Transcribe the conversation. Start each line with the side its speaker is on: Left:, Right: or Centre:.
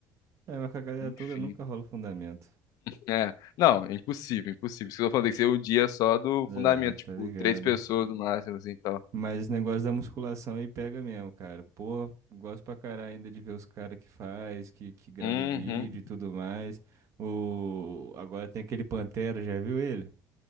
Right: É, mas com a galera
Left: Enfim.
Right: toda nunca rola fundamento.
Left: É, não, é impossível, impossível. Isso que eu tô falando, tem que ser um dia só do
Right: É,
Left: fundamento, tipo,
Right: tá ligado?
Left: três pessoas no máximo, assim, e tal.
Right: Mas esse negócio da musculação aí pega mesmo, cara. Pô, gosto pra caralho ainda de ver os caras que faz, que, que grava
Left: Uhum.
Right: o vídeo e tudo mais. O... Agora tem aquele Pantera, já viu ele?